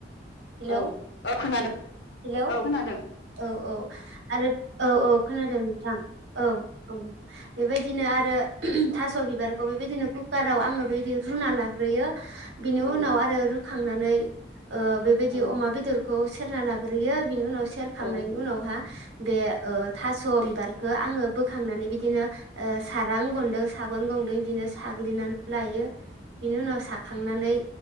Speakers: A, on the right; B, on the left.
A: हेलौ
B: औ औ खोनादों
A: हेलौ
B: औ खोनादों।
A: औ औ आरो औ औ खोनादों नोंथां औ औ बेबाय दिनो आरो थास' बिबारखौ बेबायदिनो कुकाराव आङो बेबायदि रुना लाग्रोयो। बिनि
B: औ
A: उनाव आरो रु खांनानै ओ बेबायदि
B: औ
A: अमा बेदरखौ सेरना लाग्रोयो बिनि उनाव खांनायनि
B: औ
A: उनावहा बे ओ थास' बिबार खो आङो बोखांनानै बिदिनो ओ सारां गनदों सागन गनदों बिदिनो साग्लिनानै लायो। बिनि उनाव साखांनानै